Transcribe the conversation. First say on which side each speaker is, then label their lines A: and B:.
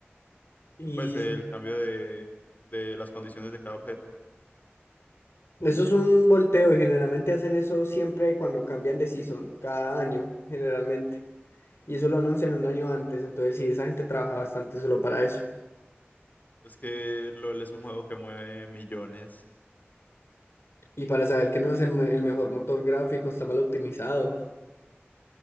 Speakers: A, on the left; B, on the left.
A: Y
B: Pues el cambio de, de las condiciones de cada objeto.
A: eso es un volteo y generalmente hacen eso siempre cuando cambian de season, cada año, generalmente. Y eso lo anuncian un año antes, entonces sí, esa gente trabaja bastante solo para eso.
B: Es que LOL es un juego que mueve millones.
A: Y para saber que no es el, me- el mejor motor gráfico, está mal optimizado.